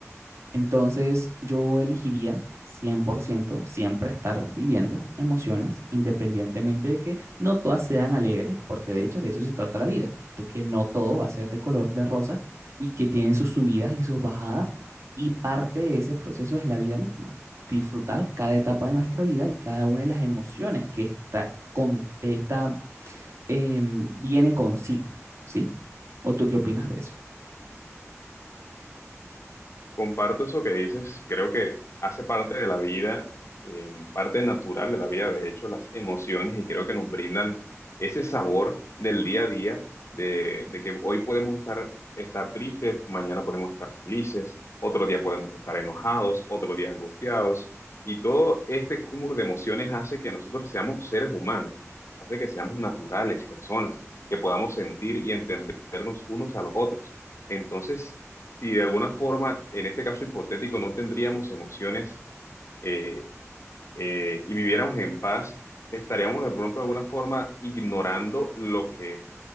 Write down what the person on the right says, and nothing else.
entonces, yo elegiría 100% siempre estar viviendo emociones, independientemente de que no todas sean alegres, porque de hecho de eso se trata la vida, de que no todo va a ser de color de rosa y que tiene sus subidas y sus bajadas, y parte de ese proceso es la vida misma, disfrutar cada etapa de nuestra vida y cada una de las emociones que esta, con, esta, em, viene consigo, ¿sí? ¿O tú qué opinas de eso?